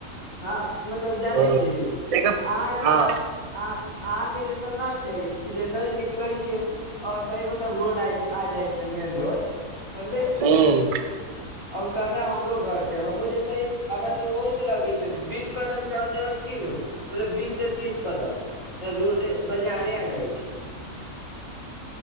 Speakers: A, on the right; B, on the right.
A: हँ मतलब जानै
B: ओ
A: छी
B: एकर
A: आइ
B: हँ
A: आ। आ आंहा के जैसन न छै जैसहि निकलै छिय ओसही मतलब रोड आ जाइ छै मेन रोड <unintelligible>
B: हुँ
A: छै
B: ओ
A: औसने हमरो घर छै हमहु जेसे ही हमरा तऽ ओहु स लगे छै बीस कदम चल देबै छी नु <unintelligible> बीस स तीस कदम तऽ रोडे बजारे आ जाइ छै